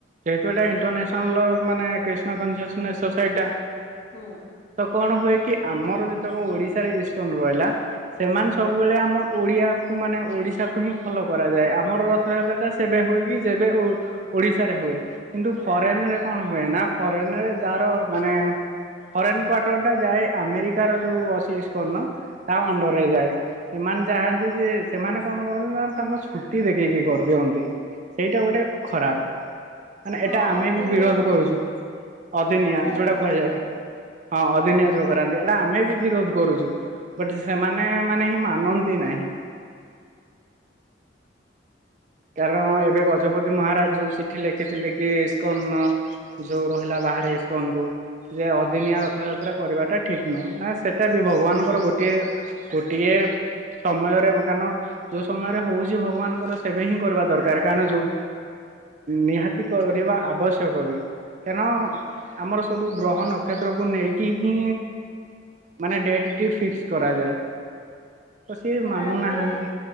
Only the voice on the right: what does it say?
ଯେହେତୁ ଏଟା ଇଣ୍ଟରନ୍ୟାସନାଲ ମାନେ କ୍ରିଷ୍ଣା <unintelligible> ସୋସାଇଟି ଟା
ତ କଣ ହୁଏ କି ଆମର ଯେ ଓଡିଶାରେ ଇଷ୍ଟକନ ରହିଲା ସେମାନେ ସବୁବେଳେ ଆମ ଓଡିଆକୁ ମାନେ ଓଡିଶାକୁ ହିଁ ଫଲୋ କରାଯାଏ ଆମର ରଥଯାତ୍ରା ଟା ସେବେ ହୁଏ କି ଯେବେ ଓଡିଶାରେ ହୁଏ କିନ୍ତୁ
ଫରେନ ରେ କଣ ହୁଏ ନା ଫରେନ ରେ ଯାହାର ମାନେ ଫରେନ କ୍ଵଟର ଟା ଯାଏ ଆମେରିକା ଯୋଉ ଇସ୍କନ ତା ଅଣ୍ଡର ରେ ଯାଏ ସେମାନେ ଚାହାନ୍ତି ଯେ ସେମାନେ କଣ କରନ୍ତି ନା ତାଙ୍କ ଛୁଟି ଦେଖିକି କରିଦିଅନ୍ତି ସେଇଟା
ଗୋଟେ ଖରାପ। ମାନେ
ଏଟା ଆମେ
ବି ବିରୋଧ କରୁଚୂ ଅଦିନିଆ ଯୋଉଟା
କୁହାଯାଏ।
ହଁ ଅଦିନିଆ ଯୋଉ କରାନ୍ତି। ଏଟା ଆମେ ବି ବିରୋଧ କରୁଚୁ ବଟ୍ ସେମାନେ ମାନେ ହିଁ ମାନନ୍ତି ନାହିଁ। କାରଣ ଏବେ ଗଜପତି ମହାରାଜ ଯୋଉ ଚିଠି ଲେଖିଥିଲେ କି ଇସ୍କନ ଯୋଉ ରହିଲା ବାହାରେ ଇସ୍କନକୁ ଯେ ଅଦିନିଆ ରଥଯାତ୍ରା କରିବାଟା ଠିକ୍ ନୁହେଁ ନା ସେଟା ବି ଭଗବାନଙ୍କର ଗୋଟିଏ ଗୋଟିଏ ସମୟରେ କାରଣ ଯୋଉ ସମୟରେ ହୋଉଚି ଭଗବାନଙ୍କର ସେବେ ହିଁ କରିବା ଦରକାର କାରଣ ଯୋଉ ନିହାତି କରିବା ଆବଶ୍ୟକ ବି କାରଣ ଆମର ସବୁ ଗ୍ରହ ନକ୍ଷତ୍ରକୁ ନେଇକି ହିଁ ମାନେ ଡେଟ୍ ଟି ଫିକ୍ସ କରାଯାଏ। ତ ସିଏ
ମାନୁନାହାନ୍ତି